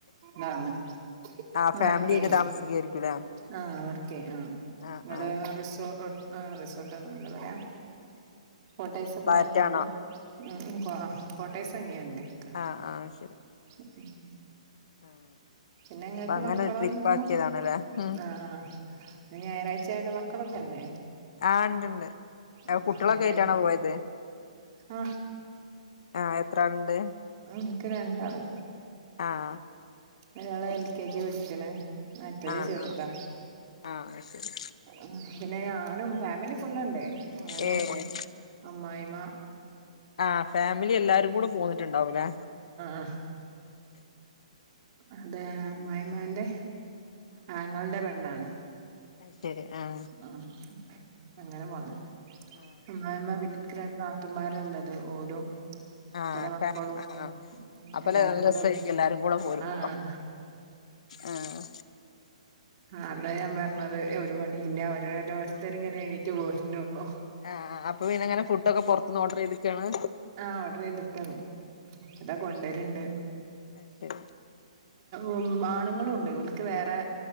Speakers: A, on the right; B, on the left.
A: ഹലോ ഇപ്പം
B: ആഹ്
A: വർക്ക്
B: ഫാമിലി
A: ചെയ്യുന്നു
B: ആയിട്ട് താമസിക്കായിരിക്കൂലേ
A: ആഹ് വർക്ക് ആഹ്
B: ആഹ്
A: ഇവിടെ
B: ആഹ്
A: റിസോ ആഹ് റിസോൾട്ട്ന്ന്ണ്ട് ല്ലേ കോട്ട്യോസൊക്കെ
B: ഫ്ലാറ്റാണോ
A: വാങ്ങിയാണ്ട് ഉം കോട്ട്യേസാങ്ങിയാണ്ട്ക്ക
B: ആഹ് ആഹ് ശരി
A: ഉം
B: ആഹ്
A: പിന്നെ ഇങ്ങക്ക്
B: അപ്പൊ അങ്ങനെ
A: മക്കളെന്നു
B: ഒരു ട്രിപ്പ് ആക്കിയതാണല്ലേ ഉം
A: ആഹ് ഇന്ന് ഞായറാഴ്ച ആയോണ്ട് മക്കളൊക്കെല്ലേ
B: ആഹ് ഇണ്ട്ണ്ട്
A: അഹ്
B: കുട്ടികളൊക്കെ
A: ഞാറാ
B: ആയിട്ടാണോ പോയത്
A: അഹ്
B: ആഹ് എത്ര ആളുണ്ട്
A: ഉം എനിക്ക് രണ്ടാള്
B: ആഹ്
A: ഒരാള് എൽ
B: സ്കൂളും
A: കെ ജി പടിക്കണ് മറ്റേത്
B: ആഹ്
A: ചെറുതാ
B: ആഹ് ആഹ് ശരി
A: ഉം പിന്നെ ഞാനും ഫാമിലി ഫുള്ളുണ്ട് ഞാനും
B: ഏഹ്
A: അമ്മായിമ്മ
B: ആ ഫാമിലി എല്ലാരും കൂടെ പോന്നിട്ടുണ്ടാവൂല്ലേ
A: ഉം അതേ അമ്മായിമാന്റെ ആങ്ങളന്റെ പെണ്ണാണ്
B: അയ് ശരി ആഹ്
A: ആഹ് ഉം ഉം അങ്ങനെ പോന്ന
B: ആഹ്
A: അമ്മായിമ്മ പിന്നെ ഇൻക്ക് രണ്ട് നാത്തൂന്മാരാ ഇള്ളത് ഓലും
B: ആഹ്
A: ഓലെ മക്കളും
B: <unintelligible> ആഹ് അപ്പ
A: എല്ലാരും
B: നല്ല
A: കൂടെ
B: രസായിരിക്കും എല്ലാരും കൂടെ പോരുമ്പോ
A: ആഹ്
B: ആഹ്
A: അതാ ഞാൻ പറഞ്ഞത് ഒരു പണിയില്ലാ ഓരോരുത്തര് ഇങ്ങനെ എണീറ്റ് പോര്ണൊള്ളൂ
B: ആഹ് അപ്പ പിന്നെങ്ങനെ ഫുഡൊക്കെ പുറത്ത്ന്ന് ഓർഡർ ചെയ്തിക്കാണ്
A: ആഹ് ഓർഡറ് ചെയ്തിക്കാണ് ഇതാ കൊണ്ടുവരുണ്ട്
B: അഹ് ശരി
A: ഉം ആണുങ്ങളുണ്ട് ഓൽക്ക് വേറെ